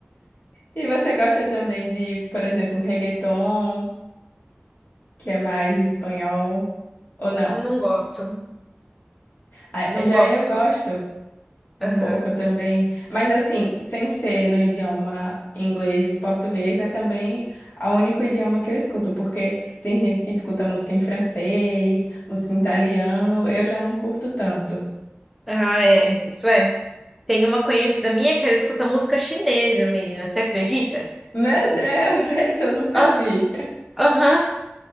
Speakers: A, on the left; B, in the centre.
A: E você gosta também de, por exemplo, reggaeton? que é mais espanhol ou não.
B: Não gosto.
A: Ah,
B: Não
A: Já
B: gosto.
A: eu gosto um
B: Aham.
A: pouco também, mas assim, sem ser no idioma inglês e português, é também o único idioma que eu escuto, porque tem gente que escuta música em francês, música em italiano, eu já não curto tanto.
B: Ah, é. Isso é. Tem uma conhecida minha que ela escuta música chinesa, menina. Você acredita?
A: Meu Deus, <laughs> esse eu nunca
B: Ah,
A: vi.
B: aham.